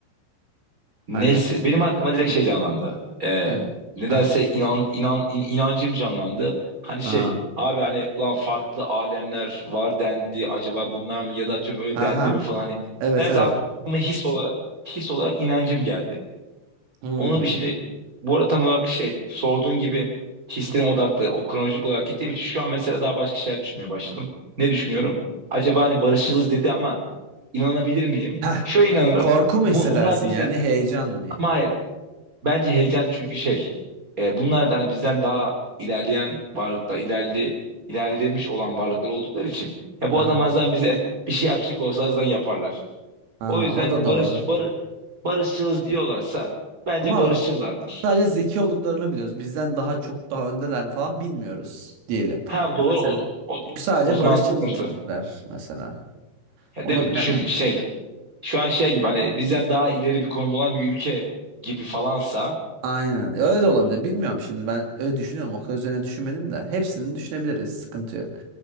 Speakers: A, on the right; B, on the right.
A: Neyse.
B: Hani
A: Benim aklıma direkt şey canlandı. Ee,
B: hani
A: nedense
B: ha
A: inan, inan, in- inancım canlandı. Hani şey.
B: ha
A: Abi hani ulan farklı alemler var dendi. Acaba bunlar mı ya da tüm öyle
B: ha
A: dendi
B: ha
A: mi falan. Hani,
B: evet
A: nedense
B: evet.
A: aklıma his olarak his olarak inancım geldi.
B: Hmm.
A: Onu bir şey bu arada tam olarak şey sorduğun gibi hislerim odaklı o kronolojik olarak gittiğim için şu an mesela daha başka şeyler düşünmeye başladım. Ne düşünüyorum? Acaba hani barışçılız dedi ama İnanabilir miyim?
B: Heh,
A: Şöyle inanırım.
B: korku mu hissedersin
A: Bu, bunlar bizden
B: yani, heyecan mı yani?
A: ama hayır. Bence heyecan çünkü şey. e, bunlar da hani bizden daha ilerleyen varlıkta ilerli ilerlemiş olan varlıklar oldukları için ya bu
B: Aha.
A: adam azdan bize bir şey yapacak olsa azdan yaparlar.
B: Ha,
A: O yüzden
B: o da doğru.
A: barış bar, barışçılız diyorlarsa bence
B: Ama
A: barışçılardır.
B: o- sadece zeki olduklarını biliyoruz. Bizden daha çok daha öndeler mi falan bilmiyoruz diyelim.
A: Ha doğru
B: Ya mesela.
A: o, o,
B: Çünkü sadece
A: o zaman
B: barışçılızlar
A: sıkıntı.
B: mesela.
A: Yani
B: Onu
A: değil mi?
B: bilemeyiz.
A: Düşün şey şu an şey gibi hani bizden daha ileri bir konumda olan bir ülke gibi falansa
B: Aynen. Ya Öyle de olabilir. Bilmiyorum şimdi. Ben öyle düşünüyorum. O kadar üzerine düşünmedim de. Hepsini düşünebiliriz. Sıkıntı yok.